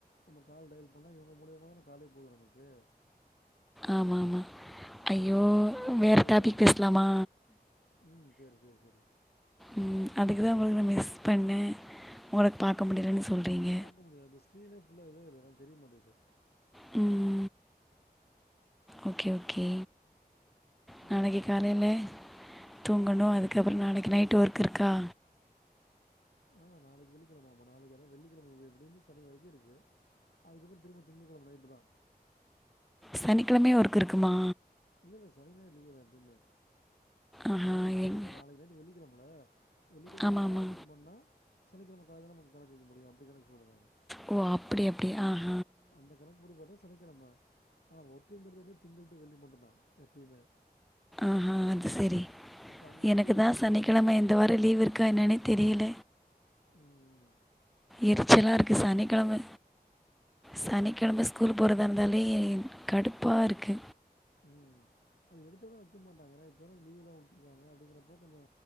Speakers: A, on the left; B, in the centre.
A: நம்ம கால் டயல் பண்ணா இவுங்க மூலியமா தான காலே போது நமக்கு
B: ஆமாம்மா
A: ஸோ
B: ஐயோ
A: வாய்ஸ் ஓவர்னு
B: வேற
A: சொல்லிட்டு
B: டாபிக்
A: அப்படி பண்ணியிருக்காங்க
B: பேசலாமா
A: ம் சரி சரி சரி
B: ம் அதுக்கு தா உங்களுக்கு நா மிஸ் பண்ண உங்கள பாக்க முடிலன்னு சொல்றீங்க
A: க்க முடியாது ஸ்கிரீனே ஃபுல்லா <unintelligible> தெரிய மாட்டேக்குது
B: ம் ஓகே ஓகே
A: சொல்லுங்கள்
B: நாளைக்கு
A: நீங்கள்
B: காலைல
A: சொல்லுங்கள்
B: தூங்கணு
A: புரியல
B: அதுக்கப்பறோ நாளைக்கு நைட் ஒர்க் இருக்கா
A: ஆ நாளைக்கு வெள்ளிக்கெழம ஆமா நாளைக்கு அதா வெள்ளிக்கெழம எப்டீன்னு சனி வரைக்கு இருக்கு அதுக்கப்பறோ திரும்ப திங்கக்கெழம நைட்டு தா
B: சனிக்கெழமயு ஒர்க் இருக்குமா
A: இல்ல இல்ல சனி ஞாயிறு லீவு தா எப்பயுமே
B: ஆஹா,
A: அதாவ் நா சொல்ற
B: எங்
A: இப்ப நாளைக்கு நைட்டு வெள்ளிக்கெழம இல்ல வெள்ளிக்கெழம
B: ஆமா,
A: நைட்
B: ஆமா.
A: லாகின் பண்ணா சனிக்கெழம காலைல தா நமக்கு கணக்கு வெக்க முடியு அப்படி கணக்கு சொல்ற நானு
B: ஓ அப் படி அப்டி ஆஹ்
A: அந்த கணக்கு படி பாத்தா சனிக்கெழம அனா ஒர்க்குங்கறது வந்து திங்கள் டூ வெள்ளி மட்டு தா எப்பையுமே
B: ஆஹா அது செரி
A: இப்போ அங்கே
B: எனக்கு
A: யூஎஸில்
B: தா சனிக்கெழம
A: பார்த்தீங்கன்னா
B: இந்த வார லீவ் இருக்கா என்னனே தெரீல
A: ம் ம்
B: எரிச்சலா இருக்கு சனிக்கெழம சனிக்கெழம ஸ்கூல் போறது அதா இருந்தாலே கடுப்பா இருக்கு
A: ம் அது எடுத்தோனே வெக்க மாட்டாங்க ஏன்னா இப்ப தான லீவுலா உட்ருக்காங்க அப்டிங்கறப்ப கொஞ்சோ